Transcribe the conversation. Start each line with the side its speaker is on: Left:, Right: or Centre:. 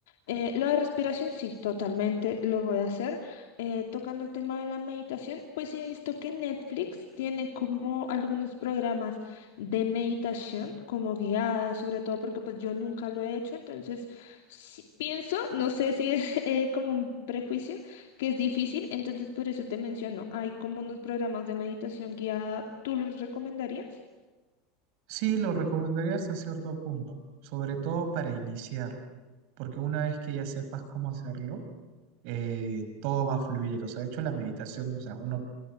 Left: eh, lo de respiración sí, totalmente lo voy a hacer. Eh, tocando el tema de la meditación, pues he visto que Netflix tiene como algunos programas de meditación como guiadas, sobre todo porque pues yo nunca lo he hecho, entonces sí pienso, no sé si es <laughs> eh, como un prejuicio, que es difícil, entonces por eso te menciono, hay como unos programas de meditación guiada, ¿tú los recomendarías?
Right: Sí, lo recomendaría hasta cierto punto, sobre todo para iniciar, porque una vez que ya sepas cómo hacerlo, eh, todo va a fluir. O sea, de hecho la meditación, o sea, uno,